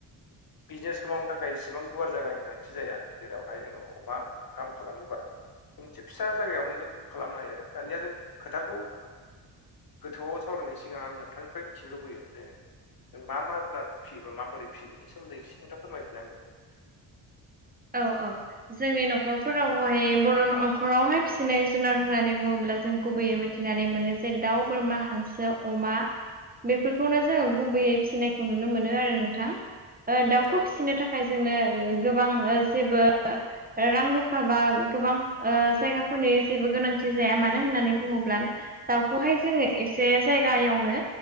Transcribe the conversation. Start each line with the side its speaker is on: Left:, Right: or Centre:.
Left: बिजनेसखौ मावनो थाखाय एसेबां गुवार जायगानि गोनांथि जाया जेरावहाय जोङो अमा फार्म खालामोबा जों मोनसे फिसा जायगायावनो जों खालामनो हायो आरो दानिया जों खोथाखौ ओ गोथौआव सावरायनायनि सिगां आं नोंथांनिफ्राय मिथिनो लुबैयो जे जों मा मा जुनारफोर फियोबा माबोरै फियो बेनि सोमोन्दै इसे खोन्था फोरमायदोलाय आंनोबो
Right: औ औ जोंनि न'खरफोरावहाय बर' न'खरावहाय फिसिनाय जुनार होननानै बुङोब्ला जों गुबैयै मोनथि थिनानै मोनो जे दाउ बोरमा हांसो अमा बेफोरखौनो जोङो गुबैयै फिसिनायखौ नुनो मोनो आरो नोंथां दाउखौ
Left: औ
Right: फिसिनो थाखाय जोंनो गोबां जेबो रां रुफा बा गोबां जायगाफोरनि जेबो गोनां थि जाया मानो होननानै बुङोब्ला दाउखौहाय जोङो एसे जायगायावनो